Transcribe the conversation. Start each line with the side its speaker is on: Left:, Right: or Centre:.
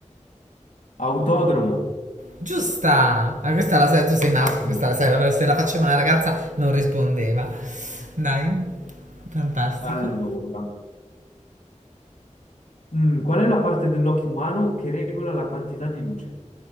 Left: Autodromo,
Right: Giusta! Ma questa la sai, tu sei maschio,
Left: ottimo.
Right: questa la sai, se la faceva una ragazza non rispondeva. Dai, fantastico.
Left: Allora. Mm, qual è la parte dell'occhio umano che regola la quantità di luce?